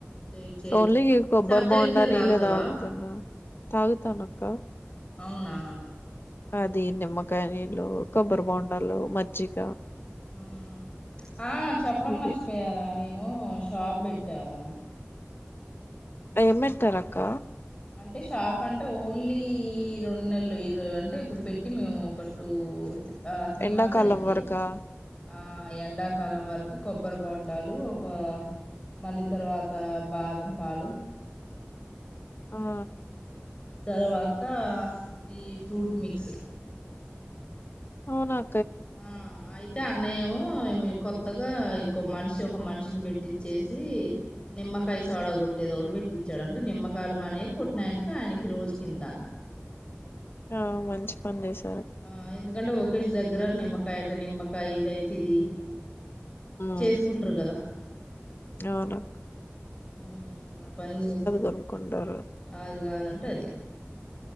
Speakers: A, on the left; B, on the left.
A: చెయి చెయి
B: ఓన్లీ ఈ కొబ్బరి
A: సబ్జా
B: బోండా
A: గింజలు
B: నీళ్లే
A: తాగుతావా
B: తాగుతున్నా, తాగుతానక్క.
A: అవునా
B: అది నిమ్మకాయ నీళ్లు, కొబ్బరి బొండలు, మజ్జిగ.
A: ఉ ఆ చెప్పడం
B: ఇవి
A: మర్చిపోయారా నేన్. ను షాప్ బేట్టాము
B: ఏం పెట్టారక్క
A: అంటే షాప్, అంటే ఓన్లీ రెండు నెల్లు ఇర్ అంటే ఇప్పుడు పెట్టి మేము ఒక టూ, త్రి. ఆ త్రీ
B: ఎండాకాలం
A: మంత్స్ అయ్యింది
B: వరకా
A: ఆ ఎండాకాలం వరకు కొబ్బరి బోండాలు. పా మళ్ళీ తర్వాత బాదం పాలు.
B: పా
A: తర్వాత ఈ ఫ్రూట్ మిక్స్.
B: అవున
A: ఆ అయితే అన్నయ్య ఏమో మో ఏమో ఏ కొత్తగా ఇంకో మనిషి ఒక మనిషిని పెట్టిచ్చేసి. నిమ్మకాయ సోడ గొట్టేదొకడు పె ట్టిచ్చాడంట. నిమ్మకాయలు మనయి కొట్టినయనకి ఆయనకి రోజు కింత. <inaudible>
B: ఆ మంచి పని జెశ
A: ఆ ఎందుకంటే ఓకేష్ దగ్గర నిమ్మకాయ అంటే నిమ్మకాయి ఇదైతే ఇది.
B: అమ్మో
A: చేసుకుంటారు కదా
B: అవున <unintelligible>
A: మ్ ఆ పని చేసా
B: కొనుక్కుంటారు
A: అది కావాలంటే అది.